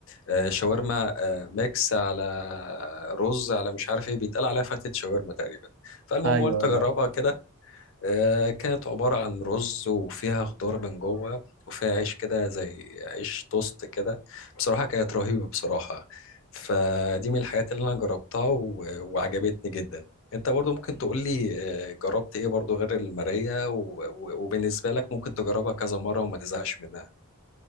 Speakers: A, on the left; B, on the right.
A: آه شاورما آه ميكس على رز على مش عارف ايه بيتقال عليها فتة شاورما تقريبا فالمهم
B: ايوه
A: قلت
B: ايوه
A: اجربها
B: عارف.
A: كده آه، كانت عبارة عن رز وفيها خضار من جوه وفيها عيش كده زي عيش توست كده بصراحة كانت رهيبة بصراحة فدي من الحاجات اللي أنا جربتها و... وعجبتني جدا أنت برضو ممكن تقولي آه، جربت إيه برضو غير المارية و... و... وبالنسبة لك ممكن تجربها كذا مرة وما تزهقش منها